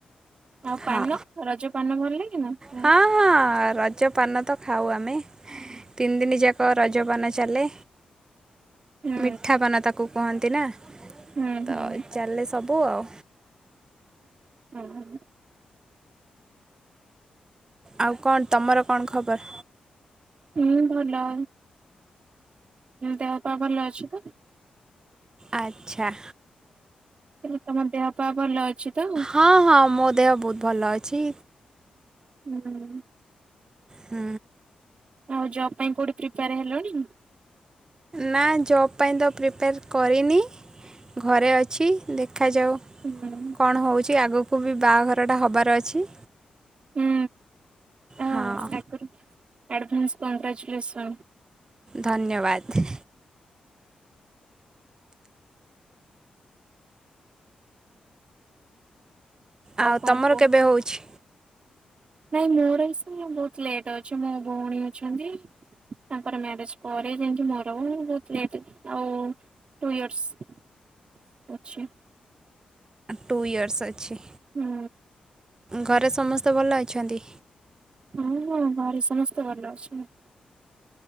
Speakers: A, on the right (about 45°); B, on the right (about 25°).
A: ଆଉ
B: ହଁ
A: ପାନ ରଜ ପାନ ଭଲ ଲାଗେ ନା। ହୁଁ
B: ହଁ ହଁ ରଜ ପାନ ତ ଖାଉ ଆମେ ତିନି ଦିନ ଯାକ ରଜପାନ ଚାଲେ
A: ହୁଁ
B: ମିଠାପାନ ତାକୁ କୁହନ୍ତି ନା।
A: ହୁଁ
B: ତ।
A: ହୁଁ
B: ଚାଲେ ସବୁ ଆଉ।
A: ହୁଁ ହୁଁଁ
B: ଆଉ କଣ ତମର କଣ ଖବର?
A: ହୁଁ ଭଲ। ଦେହ ପାଆ ଭଲ ଅଛି ତ?
B: ଆଚ୍ଛା
A: ହେଲେ ତମ ଦେହ ପା ଭଲ ଅଛି ତ?
B: ହଁ ହଁ ମୋ ଦେହ ବହୁତ୍ ଭଲ ଅଛି।
A: ହୁଁ।
B: ହୁଁ।
A: ଆଉ ଜବ୍ ପାଇଁ କୋଉଠି ପ୍ରିପେୟାର ହେଲଣି?
B: ନା ଜବ୍ ପାଇଁ ତ ପ୍ରିପେୟାର କରିନି ଘରେ ଅଛି ଦେଖାଯାଉ।
A: ହୁଁ।
B: କଣ ହଉଛି ଆଗକୁ ବି ବାଆଘରଟା ହବାର ଅଛି।
A: ହୁଁ ଆଉ
B: ହଁ
A: ବର୍ଷା ଆଗୁରୁ ଆଡଭନ୍ସ କଂଙ୍ଗ୍ରାଚୁଲେସନ୍।
B: ଧନ୍ୟବାଦ। ଆଉ
A: କଣ
B: ତମର
A: କୁହ
B: କେବେ ହଉଛି?
A: ନାଇଁ ମୋର ଏଇ ସେ ବହୁତ ଲେଟ୍ ଅଛି ମୋ ଭଉଣୀ ଅଛନ୍ତି। ତାଙ୍କର ମ୍ୟାରେଜ ପରେ ଯାଇଁକି ମୋର ମୁଁ ବହୁତ ଲେଟରେ ଆଉ। ଟୁ ଇୟର୍ସ ଅଛି।
B: ଟୁ ଇୟର୍ସ ଅଛି
A: ହୁଁ
B: ଘରେ ସମସ୍ତେ ଭଲ ଅଛନ୍ତି?
A: ହଁ ହଁ ଘରେ ସମସ୍ତେ ଭଲ ଅଛନ୍ତି।